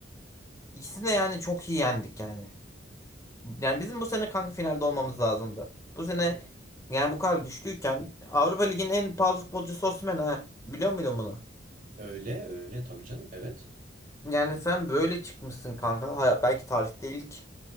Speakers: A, on the left (about 15°); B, on the right (about 45°).
A: İkisini de yani çok iyi yendik yani. Yani bizim bu sene kanka finalde olmamız lazımdı. Bu sene
B: Ne?
A: yani bu kadar güçlüyken Avrupa Ligi'nin en pahalı futbolcusu Osimhen ha. Biliyor muydun bunu?
B: Öyle öyle tabii canım. Evet.
A: Yani sen böyle çıkmışsın kanka. Ha, belki tarihte ilk.